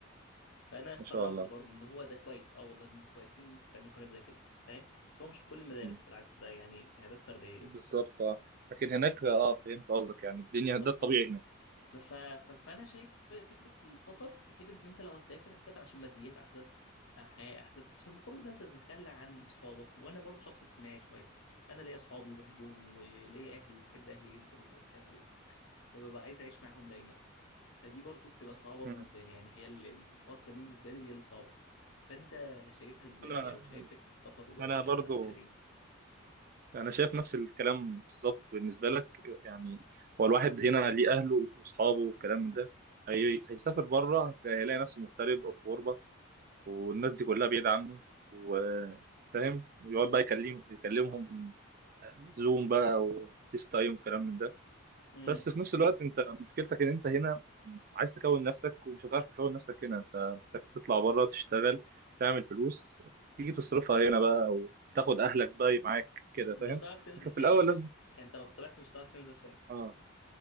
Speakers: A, on the left; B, on the right.
A: فانا استغربت
B: ما شاء الله
A: برضو ان هو ده كويس اه والله ده انتوا كويسين ان انتوا بتعملوا حاجات زي كده فاهم بس هو مش في كل المدارس
B: مم.
A: بالعكس ده يعني اجتهادات فرديه جدا
B: بالظبط اه لكن هناك اه فهمت قصدك يعني الدنيا
A: بالظبط
B: ده الطبيعي هناك
A: ف... ف... ف... فانا شايف ف- فكره السفر فكره ان انت لو هتسافر هتسافر عشان ماديات احسن آه، حياه احسن بس في المقابل ده انت تتخلى عن صحابك وانا برضو شخص اجتماعي شويه فانا ليا صحابي وبحبهم وليا اهلي وبحب اهلي جدا وبخاف عليهم فببقى عايز اعيش معاهم دايما فدي برضو بتبقى صعبه
B: مم.
A: بالنسبه لي يعني هي ال- المفارقه دي بالنسبه لي هي الصعبه فانت شايفها ازاي
B: انا
A: او شايف فكره السفر وبعد
B: انا برضو
A: كده ايه
B: انا شايف نفس الكلام بالظبط بالنسبة لك يعني هو الواحد هنا ليه اهله واصحابه والكلام من ده هي... هيسافر بره هتلاقي- هيلاقي نفسه مغترب او في غربة والناس دي كلها بعيدة عنه وفاهم ويقعد بقى يكلم يكلمهم زوم بقى وفيس تايم وكلام من ده
A: امم
B: بس في نفس الوقت انت مشكلتك ان انت هنا عايز تكون نفسك ومش هتعرف تكون نفسك هنا انت محتاج تطلع بره تشتغل تعمل فلوس تيجي تصرفها هنا بقى او تاخد اهلك بقى معاك كده فاهم
A: مش هتعرف تنزل
B: لكن في
A: تاني
B: الاول
A: على فكره
B: لازم
A: يعني انت لو طلعت مش هتعرف تنزل تاني
B: اه